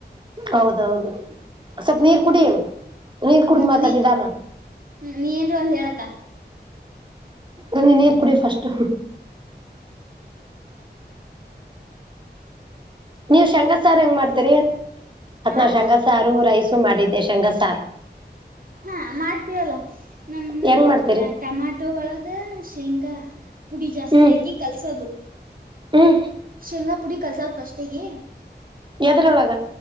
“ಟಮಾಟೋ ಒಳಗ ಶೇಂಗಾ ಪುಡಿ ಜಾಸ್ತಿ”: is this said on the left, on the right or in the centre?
Right